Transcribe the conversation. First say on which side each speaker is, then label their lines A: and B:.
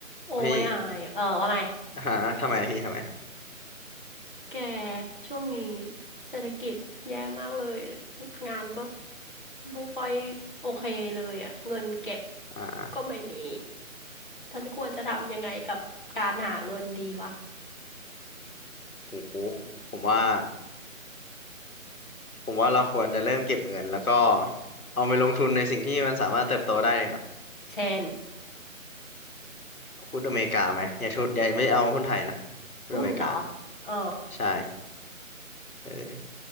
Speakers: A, on the left (about 35°); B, on the left (about 85°).
A: โอ้ยอายเออว่าไง
B: พี่หาทำไมพี่ทำไม
A: แกช่วงนี้เศรษฐกิจแย่มากเลย งานก็ไม่ค่อยโอเคเลยอ่ะเงินเก็บ
B: อ่า
A: ก็ไม่มีฉันควรจะทำยังไงกับการหาเงินดีวะ
B: โอ้โหผมว่าผมว่าเราควรจะเริ่มเก็บเงินแล้วก็เอาไปลงทุนในสิ่งที่มันสามารถเติบโตได้ดีกว่า
A: เช่น
B: หุ้นอเมริกาไหมอย่าทุนอย่าไม่เอาหุ้นไทยนะหุ้นอเมริกา
A: หุ้นเหรอเออ
B: ใช่เออ